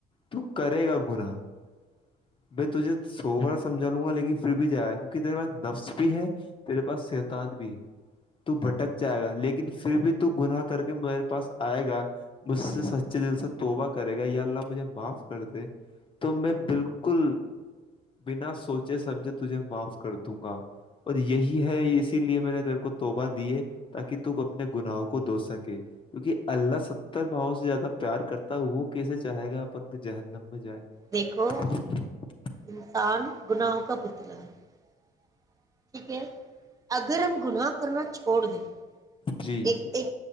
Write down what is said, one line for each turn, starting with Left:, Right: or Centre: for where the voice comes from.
Left: تو کرے گا گناہ <unintelligible> میںے سو بار سمجھا لوں گا لیکن پھر بھی جائے گا کیونکہ تے پاس نفس بھی ہے تیرے پاس شیتان بھی ہے تو بھٹک جائے گا لیکن پھر بھی تو گناہ کر کے میرے پاس آئے گا مجھ سے سچے دل سے توبہ کرے گا یا اللہ مجھے معاف کر د تو میں بالک <unintelligible> بکل بنا سوچے سمجھے تجھے معاف کر دوں گا اور یہی ہے اسی لیے میں نے میرے کو توبہ دیے تاکہ ت اپنے گناہ کو دھو سکے کیونکہ اللہ ستر بھؤوں سے زیادہ پیار کرتا ہے وہ کیسے چاہے گا اپن ذہن <unintelligible> مجائے
Right: دیکھو
Left: <unintelligible>
Right: انسان گناہوں کا پتلا ہے <unintelligible> ٹھیک ہے اگر ہم گناہ کرنا چھوڑ دیں
Left: جی
Right: ایک ایک